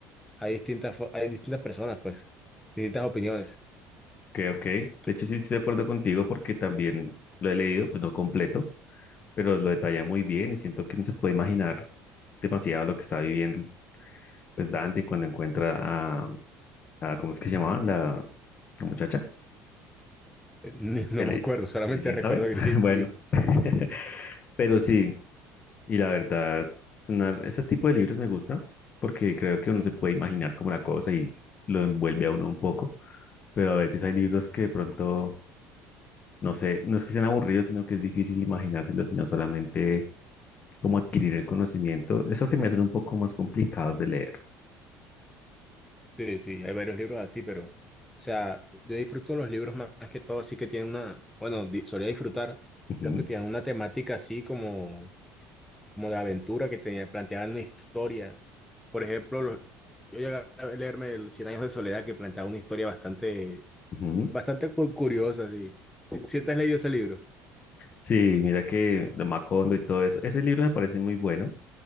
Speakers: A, in the centre; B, on the left.
A: hay distintas, fo- hay distintas personas, pues, distintas opiniones.
B: Ok, ok. De
A: <laughs>
B: hecho, sí estoy de acuerdo contigo porque también lo he leído, pues no completo, pero lo detalla muy bien y siento que uno se puede imaginar demasiado lo que está viviendo pues Dante cuando encuentra a, a ¿cómo es que se llamaba? La, la muchacha,
A: Eh, Ni- No
B: Eli-
A: me acuerdo, solamente
B: Elizabeth.
A: recuerdo a Virgilio.
B: <laughs> Bueno, <laughs> pero sí, y la verdad, una- ese tipo de libros me gusta porque creo que uno se puede imaginar como la cosa y lo envuelve a uno un poco, pero a veces hay libros que de pronto no sé, no es que sean aburridos, sino que es difícil imaginárselos, sino solamente como adquirir el conocimiento. Eso se me hacen un poco más complicados de leer.
A: Sí, sí, hay varios libros así, pero, o sea, yo disfruto los libros más, más que todo, así que tienen una, bueno, di- solía disfrutar
B: Ujú,
A: los que tienen una temática así como, como de aventura, que tenía, planteaban una historia. Por ejemplo, los- yo llegué a leerme el Cien años de soledad, que planteaba una historia bastante,
B: ujú.
A: bastante cu- curiosa, así. Si, si te has leído ese libro,
B: Sí, mira que de Macondo y todo eso. Ese libro me parece muy bueno.